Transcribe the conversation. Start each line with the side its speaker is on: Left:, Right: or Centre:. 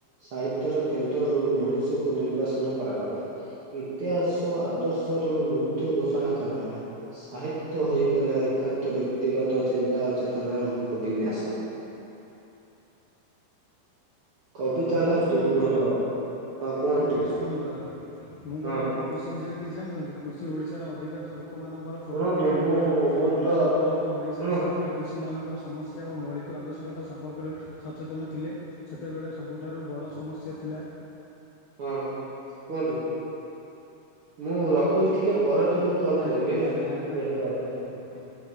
Right: ସାହିତ୍ୟର କେନ୍ଦ୍ରରୁ ମଣିଷକୁ ନିର୍ବାସନ କରାଗଲା। ଇତିହାସ ଆଦର୍ଶ ର ମୃତ୍ୟୁ ଘୋଷଣା କରାଗଲା। ସାହିତ୍ୟ ହେଇଗଲା ଏକାନ୍ତ ବ୍ୟକ୍ତିଗତ ଚିନ୍ତା ଚେତନାର ରୂପ ବିନ୍ୟାସ। କବିତା
Left: ଆପଣ
Right: ହେଲା
Left: ଶୁଣନ୍ତୁ
Right: ଦୁର୍ବୋଧ
Left: ହ୍ୟାଲୋ
Right: ହଁ କୁହନ୍ତୁ
Left: ଆପଣ ଟିକେ ଶୁଣନ୍ତୁ ହ୍ୟାଲୋ ମୁଁ
Right: ହଁ।
Left: କହିଲି ଆପଣ କୃଷି ବିଷୟରେ କିଛି ଜାଣିଛନ୍ତି? କୃଷି ଓଡ଼ିଶାର ଅଧିକାଂଶ ଲୋକମାନଙ୍କର ପ୍ରଭୁଖ
Right: ଶୁଣନ୍ତୁ
Left: ଜୀବିକା
Right: ମୁଁ ମୋର
Left: ସ୍ୱାଧୀନତା
Right: ତ
Left: ପରର ଓଡ଼ିଶା
Right: ଶୁଣ
Left: ସରକାର କୃଷିମାନଙ୍କର ସମସ୍ୟା ଓ ମୌଳିକ ଆବଶ୍ୟକତା ସମ୍ପର୍କରେ ସଚେତନ ଥିଲେ ସେତେବେଳେ ସବୁଠାରୁ ବଡ଼ ସମସ୍ୟା ଥିଲା
Right: ହଁ କୁହନ୍ତୁ ମୁଁ ରଖୁଛି ଟିକେ ପରେ ତମକୁ କଲ୍
Left: ଆଜ୍ଞା
Right: କରିବି ହେଲା
Left: ଆଜ୍ଞା
Right: ମୁଁ
Left: ଆଜ୍ଞା
Right: ବ୍ୟସ୍ତ
Left: ଆଜ୍ଞା
Right: ଅଛି।
Left: ଆଜ୍ଞା ଆଜ୍ଞା